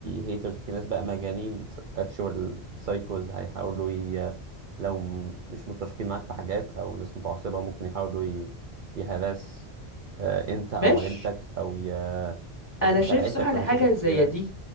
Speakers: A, on the right (about 60°); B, on the left (about 20°).
A: هيترز وفي ناس بقى مجانين اكشوال سايكوز هيحاولوا ي... لو م- مش متفقين معاك في حاجات او ناس متعصبة ممكن يحاولوا ي... يهرس آه، انت او
B: ماشي
A: عيلتك او ي... هتدخل
B: انا شايف
A: عيلتك
B: صح لحاجه
A: في مشاكل كتيرة
B: زي دي